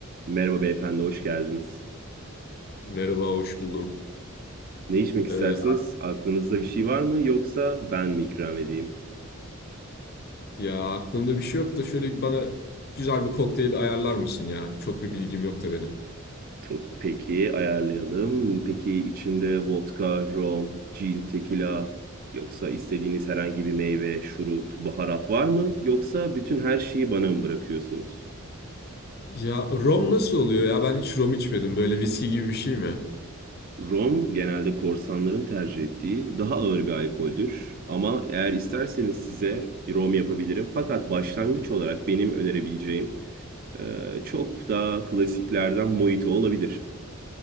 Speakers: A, on the right; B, on the left.
A: Merhaba beyefendi, hoş geldiniz.
B: Merhaba, hoş buldum.
A: Ne içmek istersiniz?
B: Ee,
A: Aklınızda bir şey var mı yoksa ben mi ikram edeyim?
B: ya aklımda bir şey yok da şöyle bana güzel bir kokteyl ayarlar mısın ya? Çok bir bilgim yok da benim.
A: To- Peki ayarlayalım. Peki içinde vodka, rom, gin, tekila yoksa istediğiniz herhangi bir meyve, şurup, baharat var mı? Yoksa bütün her şeyi bana mı bırakıyorsunuz?
B: Ya rom nasıl oluyor ya? Ben hiç rom içmedim. Böyle viski gibi bir şey mi?
A: Rom genelde korsanların tercih ettiği daha ağır bir alkoldür. Ama eğer isterseniz size bir rom yapabilirim. Fakat başlangıç olarak benim önerebileceğim Ee, çok daha klasiklerden mojito olabilir.